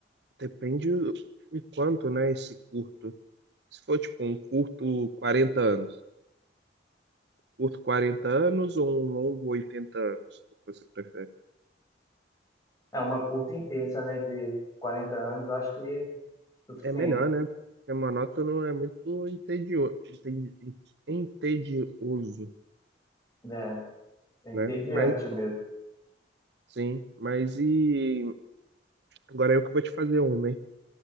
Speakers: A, on the right; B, on the left.
A: depende o o quanto, né, esse curto. Se for tipo um curto 40 anos, curto 40 anos ou um longo oitenta anos, o que você prefere?
B: É uma curta e intensa, né? De quarenta anos, eu acho que é suficiente,
A: É melhor, né? Porque monótono é muito entedio... entedi- entedioso,
B: né? É entediante
A: né? Mas
B: mesmo.
A: sim, mas e Agora eu que vou te fazer uma, hein?